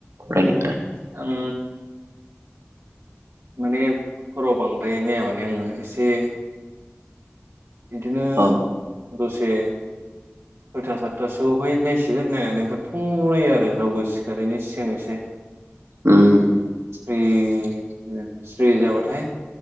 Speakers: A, on the right; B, on the right.
A: फरायनायफोरा?
B: आं माने हराव बांद्राय नाया माने आङो एसे इदिनो
A: अ
B: दसे सयथा सातथासोआवहाय नायसिगोन नायनानै ओमफ्राय फुंआव नायो आरो रावबो सिखारैनि सिगां एसे।
A: उम
B: स्रि स्रि जाबाथाय